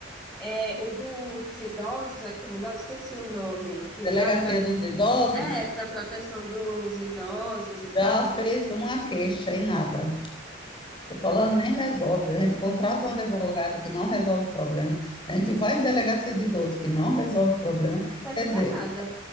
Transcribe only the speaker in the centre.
É, o do, dos idosos, aquilo lá, eu esqueci o nome, que
dá para.
É, para proteção dos idosos e tal.
Não
serve
para
nada.